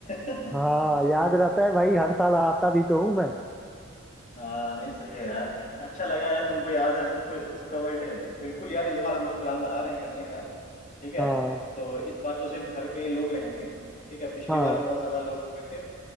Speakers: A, on the left (about 40°); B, in the centre.
A: <laughs>
B: हाँ याद रहता है भाई हर साल आता भी तो हूँ मैं
A: हाँ नहीं सही है यार अच्छा लगा यार तुमको याद है सबको सबका बर्थडे बिल्कुल यार इस बार हम लोग प्लान बना रहे हैं करने का ठीक है
B: हाँ
A: तो इस बार तो सिर्फ घर के ही लोग रहेंगे ठीक है पिछली
B: हाँ
A: बार बहुत ज्यादा लोग हुए थे